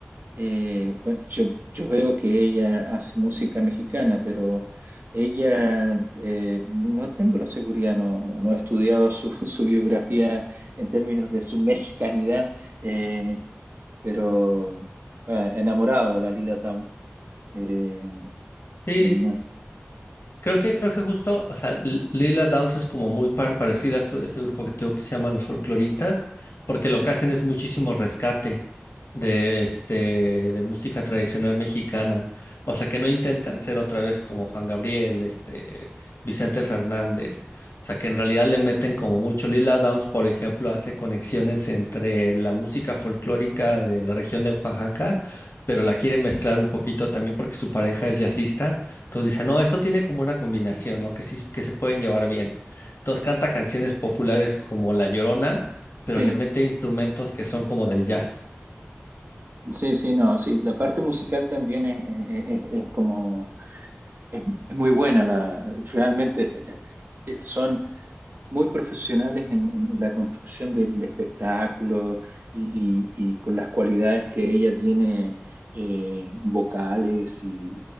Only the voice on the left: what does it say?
sí,
Creo que, creo que justo, o sea, L- Lila Downs es como muy par- parecida a esto- este grupo que tengo que se llama los folcloristas, porque lo que hacen es muchísimo rescate de, este, de música tradicional mexicana. O sea, que no intentan ser otra vez como Juan Gabriel, este, Vicente Fernández. O sea, que en realidad le meten como mucho. Lila Downs, por ejemplo, hace conexiones entre la música folclórica de la región de Oaxaca, pero la quiere mezclar un poquito también porque su pareja es jazzista entonces dice, no, esto tiene como una combinación, ¿no? Que sí, que se pueden llevar bien. Entonces canta canciones populares como La Llorona, pero
le mete instrumentos que son como del jazz.